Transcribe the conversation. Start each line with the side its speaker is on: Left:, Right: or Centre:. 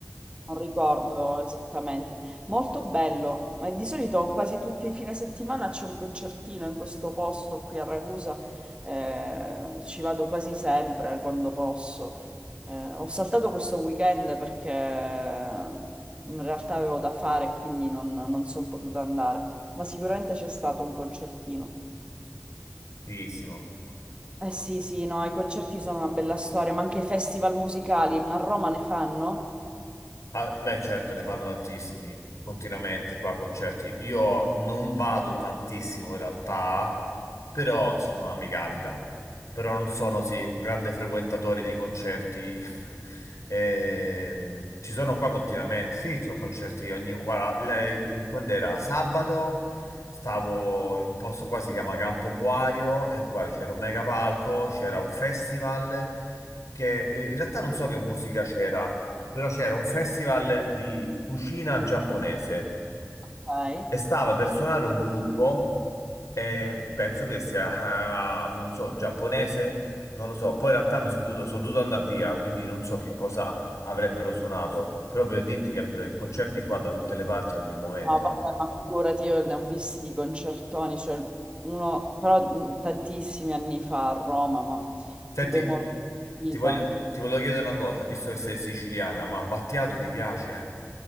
Right: Non ricordo esattamente. Molto bello. Eh, Di solito quasi tutti i fine settimana c'è un concertino in questo posto qui a Ragusa. Eh, ci vado quasi sempre quando posso. Eh, ho saltato questo weekend perché in realtà avevo da fare e quindi non, non sono potuta andare. Ma sicuramente c'è stato un concertino.
Left: Ottissimo.
Right: Eh sì, sì, no, i concerti sono una bella storia, ma anche i festival musicali, ma a Roma ne fanno?
Left: Ah, beh, certo, ne fanno tantissimi continuamente qua concerti. Io non vado tantissimo in realtà, però insomma mi capita. Però non sono sì, un grande frequentatore di concerti. <laughs> Ehm, ci sono qua continuamente. Sì, ci sono concerti ogni... Guarda, lei- quando era sabato stavo in un posto qua si chiama Campo Boario e guarda, c'era un mega palco, c'era un festival che eh, in realtà non so che musica c'era però c'era un festival di cucina giapponese
Right: Ok.
Left: e stava per suonare un gruppo, e penso che sia, ah, non so, giapponese, non lo so. Poi in realtà mi sono dovuto, sono dovuto andare via, quindi non so che cosa avrebbero suonato, però per dirti, capito, i concerti qua da tutte le parti, ogni momento.
Right: No, vabbè, ma figurati, io ne ho visti di concertoni, cioè uno, però mh, tantissimi anni fa a Roma, ma
Left: Senti,
Right: tipo i Morti di
Left: ti
Right: Liba.
Left: voglio, ti volevo chiedere una cosa, visto che sei siciliana, ma Battiato ti piace?